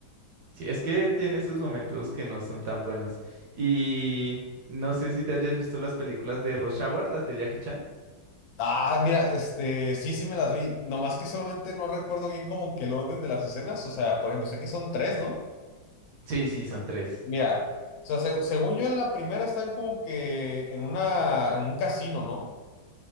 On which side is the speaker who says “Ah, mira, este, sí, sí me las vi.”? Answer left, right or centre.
Left